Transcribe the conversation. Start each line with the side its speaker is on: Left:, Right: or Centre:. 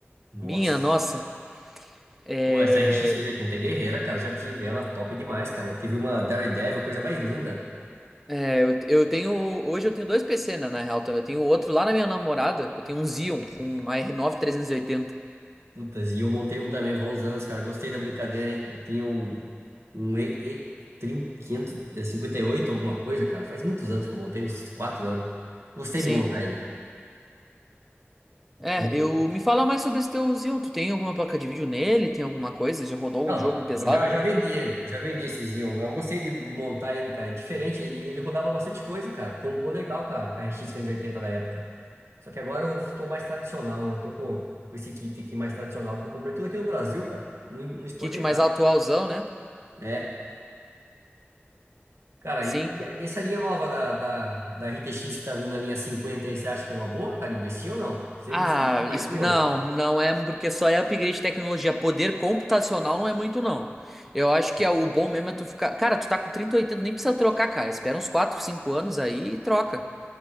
Right: Nossa.
Centre: Minha nossa. É,
Right: Pô, essa RX 680 é guerreira, cara. Já tive ela, top demais, cara. Tive uma Daredevil, coisa mais linda.
Centre: é, eu, eu tenho. Hoje eu tenho dois PC, né, na real. também. Eu tenho outro lá na minha namorada, eu tenho um Xeon com uma R9 380.
Right: Putas, e eu montei um também há uns anos, cara. Gostei da brincadeira, hein? Eu tinha um, um E- E- trinta, quinhentos e cinquenta e oito alguma coisa, cara. Faz muitos anos que eu montei, uns 4 anos. Gostei
Centre: Sim.
Right: de montar ele.
Centre: É,
Right: Foi um pouco.
Centre: eu me fala mais sobre esse teu Xeon. Tu tem alguma placa de vídeo nele? Tem alguma coisa? Já rodou algum
Right: Não,
Centre: jogo pesado
Right: eu já,
Centre: nele?
Right: já vendi ele, eu já vendi esse Xeon, mas eu gostei de, de montar ele, cara. É diferente, e ele rodava bastante coisa, cara. Combou legal, cara, com a RX 580 da época. Só que agora eu tô mais tradicional, né? Eu tô com, com esse kit aqui mais tradicional que eu comprei tudo aqui no Brasil, cara. Não, não exportei
Centre: Kit mais
Right: nada.
Centre: atualzão, né?
Right: É. Cara,
Centre: Sim.
Right: e, e essa linha nova da, da, da RTX que tá vindo na linha 50 aí, você acha que é uma boa, cara? Investir ou não? Você,
Centre: Ah,
Right: não- você não quer mais,
Centre: isso-
Right: e eu?
Centre: não, não é porque só é upgrade de tecnologia. Poder computacional não é muito, não. Eu acho que é o bom mesmo é tu ficar. Cara, tu tá com 3080, nem precisa trocar, cara. Espera uns quatro, cinco anos aí e troca.